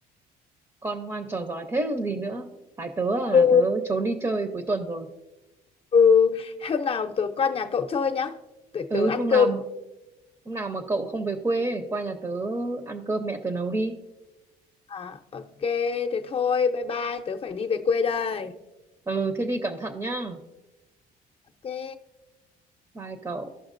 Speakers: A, on the right (about 20°); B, on the left (about 35°).
A: Con ngoan trò giỏi thế còn gì nữa Phải tớ à,
B: Ừ.
A: là tớ trốn đi chơi cuối tuần rồi
B: Ừ, hôm nào tớ qua nhà cậu chơi nhá. Tớ,
A: Ừ
B: tớ ăn
A: hôm
B: cơm.
A: nào Hôm nào mà cậu không về quê ấy, qua nhà tớ ăn cơm mẹ tớ nấu đi.
B: À, ok, thế thôi, bye bye, tớ phải đi về quê đây.
A: Ừ, thế đi cẩn thận nhá.
B: Ok.
A: Bye cậu.